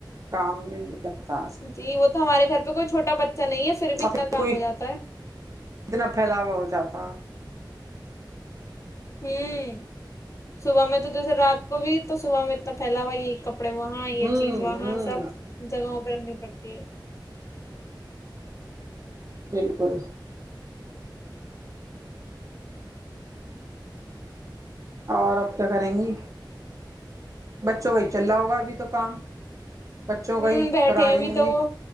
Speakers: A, on the right; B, on the left.
A: کام مل جاتا
B: ہے جی وہ تو ہمارے گھر پہ کوئی چھوٹا بچہ نہیں ہے بھی اتنا
A: پھر
B: کام
A: کوئی
B: ہو جاتا
A: اتنا
B: ہے
A: پھیلاوا ہو جاتا
B: ہوں صبح میں تو جیسے رات کو بھی تو صبح میں اتنا پھیلا ہوا یہی کپڑ کڑے وہاں
A: ہوں
B: یہ چیز وہاں
A: ہوں
B: سب جگہوں بنی پڑتی ہے
A: بالکل اور اب کیا کریں گی بچوں کو چللا ہوگا ابھی تو کام بچوں
B: ہوں
A: کا ہی
B: بیٹھے
A: کرا
B: ہیں
A: رہی
B: ابھی
A: ہوں
B: تو
A: گی
B: وہ